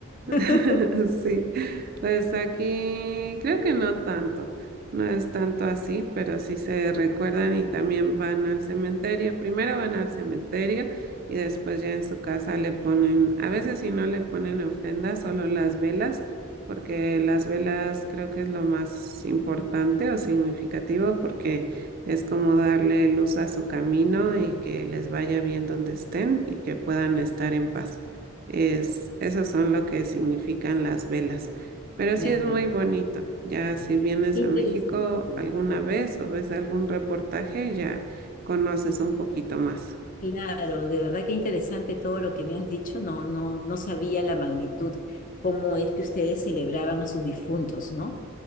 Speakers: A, on the right; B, on the left.
A: <laughs>
B: <laughs>
A: Sí, pues aquí creo que no tanto, no es tanto así, pero sí se recuerdan y también van al cementerio. Primero van al cementerio y después ya en su casa le ponen, a veces si no le ponen ofrendas, solo las velas, porque las velas creo que es lo más importante o significativo, porque es como darle luz a su camino y que les vaya bien donde estén y que puedan estar en paz. Es, esos son lo que significan las velas. Pero
B: Ya
A: sí es muy
B: ves.
A: bonito. Ya si vienes
B: Qué interesante.
A: a México alguna vez o ves algún reportaje, ya conoces un poquito más.
B: Claro, de verdad que interesante todo lo que me has dicho. No, no, no sabía la magnitud, cómo es que ustedes celebraban a sus difuntos, ¿no?